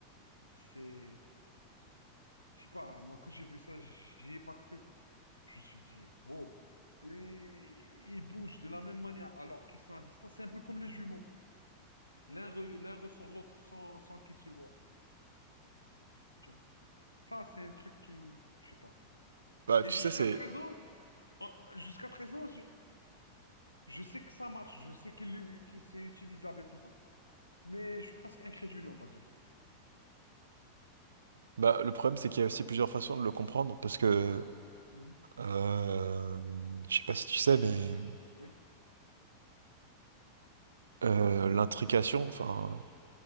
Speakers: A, on the left; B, on the right.
A: C'est, je sais pas, moi quand j'ai vu ça, j'y ai pas cru. Je me suis dit, wow, Et ils bougent de la même manière alors qu'ils sont à distance. C'est un peu comme les jumeaux, quoi. L'un re- l'un ressent l'autre sans, sans qu'ils se voient, quoi. Tu vois? Ça, c'est un truc qui, je sais pas.
B: Bah,
A: Et
B: tu
A: jusqu'à
B: sais, c'est.
A: présent, en- jusqu'à présent, je, Je sais que ça marche, je sais qu'il, que c'est utilisable et tout ça, mais je suis presque incrédule, on va dire.
B: Bah, le problème, c'est qu'il y a aussi plusieurs façons de le comprendre, parce que.
A: Mhm,
B: Euh... Je sais pas si tu sais, mais.
A: Oui.
B: euh, l'intrication, enfin.